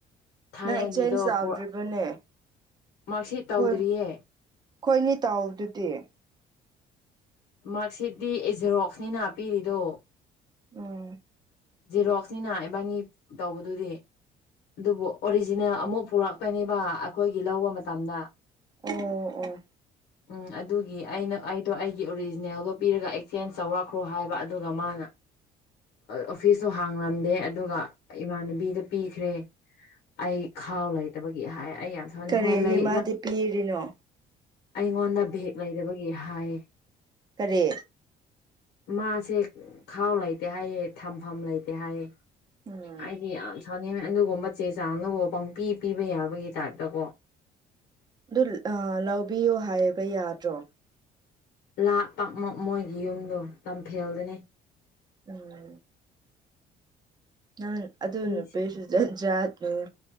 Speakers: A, on the left (about 85°); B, on the right (about 25°).
A: ꯊꯥꯏꯅꯒꯤꯗꯣ
B: ꯅꯪ ꯑꯦꯛꯆꯦꯟꯖ
A: ꯄꯨꯔ
B: ꯇꯧꯗ꯭ꯔꯤꯕꯅꯦ
A: ꯃꯥꯛꯁꯤꯠ ꯇꯧꯗ꯭ꯔꯤꯌꯦ
B: ꯍꯣꯏ ꯈꯣꯏꯅꯤ ꯇꯥꯎꯕꯗꯨꯗꯤ
A: ꯃꯥꯛꯁꯤꯠꯗꯤ ꯖꯦꯔꯣꯛꯁꯅꯤꯅ ꯄꯤꯔꯤꯗꯣ
B: ꯎꯝ
A: ꯖꯦꯔꯣꯛꯁꯅꯤꯅ ꯏꯕꯥꯅꯤ ꯇꯧꯕꯗꯨꯗꯤ ꯑꯗꯨꯕꯨ ꯑꯣꯔꯤꯖꯤꯅꯦꯜ ꯑꯃꯨꯛ ꯄꯨꯔꯛꯀꯅꯤꯕ ꯑꯩꯈꯣꯏꯒꯤ ꯂꯧꯕ ꯃꯇꯝꯗ
B: ꯑꯣ ꯑꯣ
A: ꯎꯝ ꯑꯗꯨꯒꯤ ꯑꯩꯅ ꯑꯩꯗꯣ ꯑꯩꯒꯤ ꯑꯣꯔꯤꯖꯤꯅꯦꯜꯗꯣ ꯄꯤꯔꯒ ꯑꯦꯛꯆꯦꯟꯖ ꯇꯧꯔꯛꯈ꯭ꯔꯣ ꯍꯥꯏꯕ ꯑꯗꯨꯒ ꯃꯥꯅ ꯑꯣꯐꯤꯁꯇꯣ ꯍꯥꯡꯂꯝꯗꯦ ꯑꯗꯨꯒ ꯏꯃꯥꯟꯅꯕꯤꯗ ꯄꯤꯈ꯭ꯔꯦ ꯑꯩ ꯈꯥꯎ ꯂꯩꯇꯕꯒꯤ ꯍꯥꯏ ꯑꯩ ꯌꯥꯝ ꯁꯥꯎꯅꯤꯡ
B: ꯀꯔꯤꯒꯤ
A: ꯍꯣꯏ ꯂꯩ
B: ꯃꯥꯗꯤ ꯄꯤꯔꯤꯅꯣ
A: ꯑꯩꯉꯣꯟꯗ ꯕꯦꯛ ꯂꯩꯗꯕꯒꯤ ꯍꯥꯏꯌꯦ
B: ꯀꯔꯤ
A: ꯃꯥꯁꯦ ꯈꯥꯎ ꯂꯩꯇꯦ ꯍꯥꯏꯌꯦ ꯊꯝꯐꯝ ꯂꯩꯇꯦ ꯍꯥꯏꯌꯦ
B: ꯎꯝ
A: ꯑꯩꯗꯤ ꯌꯥꯝ ꯁꯥꯎꯅꯤꯡꯉꯦ ꯑꯗꯨꯒꯨꯝꯕ ꯆꯦ ꯆꯥꯡꯗꯨꯕꯨ ꯄꯪꯄꯤ ꯄꯤꯕ ꯌꯥꯕꯒꯤ ꯇꯥꯏꯞꯇꯀꯣ
B: ꯑꯗꯨ ꯑꯥ ꯂꯧꯕꯤꯌꯣ ꯍꯥꯏꯕ ꯌꯥꯗ꯭ꯔꯣ
A: ꯂꯥꯞꯄ ꯃꯣ ꯃꯣꯏꯒꯤ ꯌꯨꯝꯗꯣ ꯂꯝꯐꯦꯜꯗꯅꯦ
B: ꯎꯝ ꯅꯪ ꯑꯗꯨꯅꯨꯄꯤꯁꯨ
A: ꯃꯤꯁꯦ
B: ꯖ ꯖꯥꯠꯅꯤ